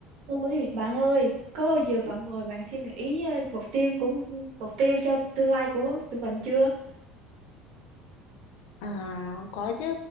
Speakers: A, on the right; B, on the left.
A: Ôi bạn ơi, có bao giờ bạn ngồi bạn suy nghĩ ờ, mục tiêu của mục tiêu cho tương lai của tụi mình chưa?
B: À, có chứ,